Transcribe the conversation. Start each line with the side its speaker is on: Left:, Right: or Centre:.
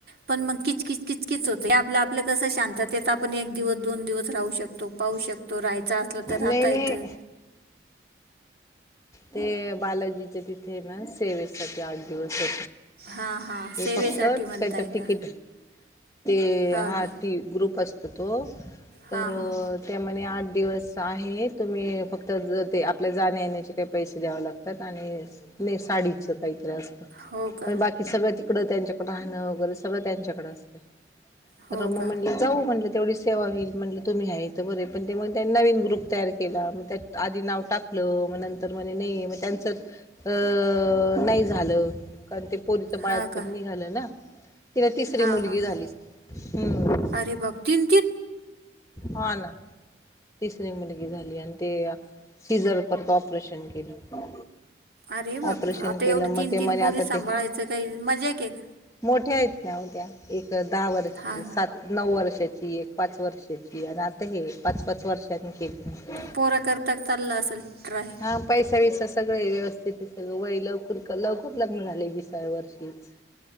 Right: पण मग किचकिच किच होते आप आपलं कस शांततेत आपण एक दिवस, दोन दिवस, राहू शकतो पाहू शकतो रा असलं तर राहता
Left: नाही नाही
Right: येतं.
Left: ते बालाजीचे तिथे ना सेवे ते आठ दिवस हो
Right: हां हां
Left: ते
Right: सेवेसाठी
Left: फक्त
Right: म्हणताय
Left: काहीत तिकीट
Right: का
Left: ते
Right: हां
Left: हा
Right: का
Left: टी ग्रुप असतो तो तर
Right: हां हां
Left: ते म्हणे आठ दिवस आहे तुम्ही फक्त ज ते आपल्या जाण येण्याचे पैसे द्यावे लागतात आणि साडीच काहीतरी असत
Right: हो का
Left: पण की सगळं तिकडं त्यांच्याकडं राहणं वगैरे सगळं त्यांच्याकडें असते
Right: हो
Left: तर म
Right: का
Left: म्हणजे जाऊ म्हटलं तेवढी सेवा होईल म्हटलं तुम्ही हयं बरे पण ते मग त्या त्यांनी नवीन ग्रुप तयार केला. त्या आधी नाव टाकलं मग नंतर म्हणे नाही मग त्यांचं अ नाही झालं कारण ते पोरीच बाळतपण
Right: हां का
Left: निघालं ना तिला तिसरी
Right: हां
Left: मुलगी
Right: हां
Left: झाली
Right: हां
Left: हम्म.
Right: अरे बघ तीन, तीन
Left: हा ना, तिसरी मुलगी झाली आणि ते सीझर परत ऑपरेशन केलं.
Right: अरे बापरे
Left: ऑपरेशन
Right: आता
Left: केलं
Right: एवढी
Left: मग
Right: तीन
Left: ते म्हणे
Right: तीन पोरी
Left: आता
Right: सांभाळायचं
Left: ते
Right: काही मजाक आहे का.
Left: मोठ्या आहेत ना उद्या एक दहा वर्ष
Right: हां
Left: सात नऊ वर्षाची, एक पाच वर्षाची, आणि आता हे पाच पाच वर्षांनी केली
Right: पोरा करता चालला असेल ट्राय
Left: हा पैसा विसा सगळ व्यवस्थित सगळं वय लवकर लवकर लग्न झाले विसाव्या वर्षीच